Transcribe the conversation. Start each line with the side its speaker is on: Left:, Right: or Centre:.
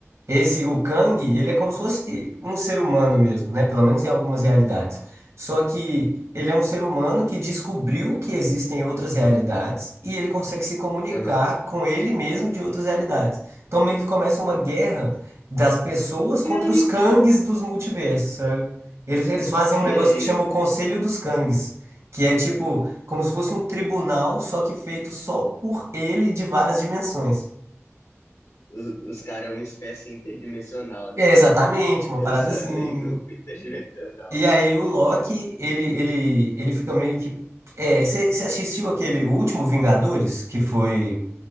Right: Esse, o Kang, ele é como se fosse um ser humano mesmo, né? Pelo menos em algumas realidades. Só que ele é um ser humano que descobriu que existem outras realidades e ele consegue se comunicar
Left: Aham.
Right: com ele mesmo de outras realidades. Então meio que começa uma guerra das pessoas
Left: Que
Right: contra
Left: é
Right: os Kangs
Left: isso?
Right: dos multiversos, sabe? Eles, eles fazem
Left: Que
Right: um negócio
Left: é
Right: que chama
Left: isso?
Right: o Conselho dos Kangs, que é tipo como se fosse um tribunal, só que feito só por ele de várias dimensões.
Left: Os, os caras é uma espécie interdimensional, né?
Right: É exatamente, uma
Left: Eles
Right: parada
Left: <laughs>
Right: assim.
Left: andam em grupo interdimensional.
Right: E aí
Left: Que doideira.
Right: o Loki, ele, ele, ele fica meio que. É, você assistiu aquele o último Vingadores, que foi